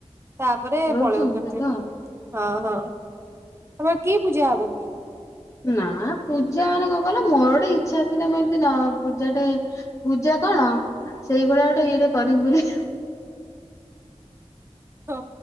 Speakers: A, on the right; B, on the left.
A: ତାପରେ
B: ରହୁଛନ୍ତି
A: ପଳଉଚନ୍ତି,
B: ତ?
A: ହଁ ହଁ। ତମର କି ପୂଜା ହବ କି?
B: ନା ପୂଜା ମାନେ କଣ କହିଲ ମୋର ଗୋଟେ ଇଚ୍ଛା ଥିଲା ମୁ ଏମତି ପୂଜା ଟେ ପୂଜା କଣ ସେଇଭଳିଆ ଗୋଟେ ଇଏଟେ କରମି ବୋଲି।
A: ହଁ